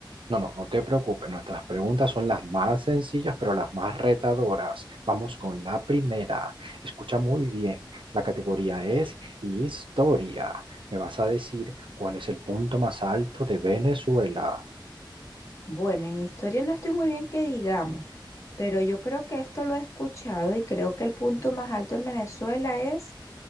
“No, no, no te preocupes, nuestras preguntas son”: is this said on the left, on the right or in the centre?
Right